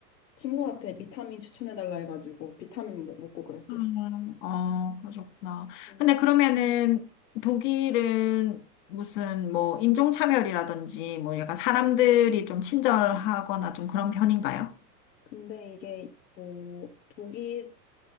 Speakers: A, on the left; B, on the left.
A: 친구한테 비타민 추천해달라 해가지고 비타민 먹- 먹고 그랬어요.
B: 음, 어, 그러셨구나.
A: 음.
B: 근데 그러면은 독일은 무슨 뭐 인종차별이라든지 뭐 약간 사람들이 좀 친절하거나 좀 그런 편인가요?
A: 근데 이게 뭐 독일에